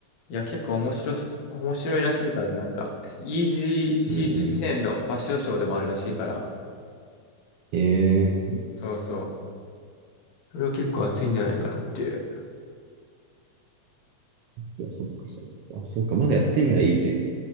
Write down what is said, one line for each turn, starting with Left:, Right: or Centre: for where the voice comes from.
Left: いや、結構面白い面白いらしいから、なんか、イージーシーズン10のファッションショーでもあるらしいから、
Right: うんうん。ええ
Left: そうそう。それは結構熱いんじゃないかなっていう。
Right: いや、そっか、そっか。あ、そっか、まだやってんだ、イージ